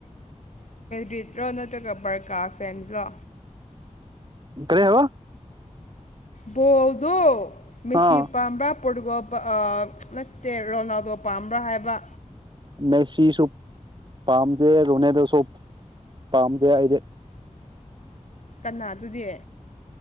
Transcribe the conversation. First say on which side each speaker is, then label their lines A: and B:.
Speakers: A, on the left (about 65°); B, on the right (about 35°).
A: ꯔꯤꯠꯂꯣ ꯅꯠꯇ꯭ꯔꯒ ꯕꯔꯀꯥ ꯐꯦꯟꯂꯣ
B: ꯀꯔꯤ ꯍꯥꯢꯕ
A: ꯕꯣꯜꯗꯣ ꯃꯦꯁꯤ
B: ꯑꯥ
A: ꯄꯥꯝꯕ꯭ꯔꯥ ꯄꯣꯔꯇꯨꯒꯣꯜ ꯅꯠꯇꯦ ꯔꯣꯅꯥꯜꯗꯣ ꯄꯥꯝꯕ꯭ꯔꯥ ꯍꯥꯏꯕ
B: ꯃꯦꯛꯁꯤꯁꯨ ꯄꯥꯝꯗꯦ ꯔꯣꯅꯦꯗꯣꯁꯨ ꯄꯥꯝꯗꯦ ꯑꯩꯗꯤ <inaudible>
A: ꯀꯅꯥ ꯑꯗꯨꯗꯤ